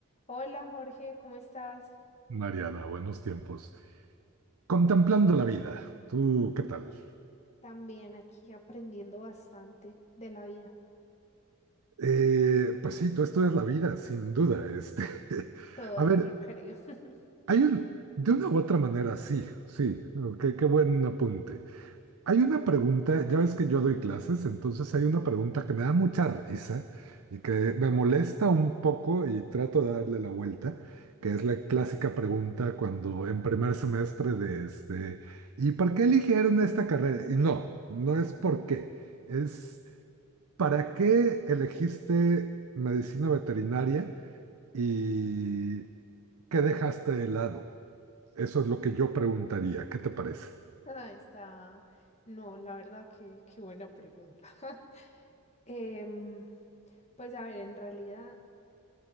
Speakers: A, on the left (about 30°); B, on the right (about 75°).
A: Hola Jorge, ¿cómo estás?
B: Mariana, buenos tiempos. Contemplando
A: Ta-
B: la vida, ¿tú qué tal?
A: También aquí aprendiendo bastante de la vida.
B: Eh, pues sí, tú estudias la vida, sin duda. Este. <laughs>
A: Todo
B: A ver,
A: yo creo. <laughs>
B: hay un, de una u otra manera, sí, sí, qué, qué buen apunte. Hay una pregunta, ya ves que yo doy clases, entonces
A: Sí.
B: hay una pregunta que me da mucha risa y que me molesta un poco y trato de darle la vuelta, que es la clásica pregunta cuando en primer semestre de este, ¿y por qué eligieron esta carrera? Y no, no es por qué, es ¿para qué elegiste medicina veterinaria y qué dejaste de lado? Eso es lo que yo preguntaría, ¿qué te parece?
A: Ah, está. No, la verdad que qué buena pregunta. <laughs> Em, pues a ver, en realidad,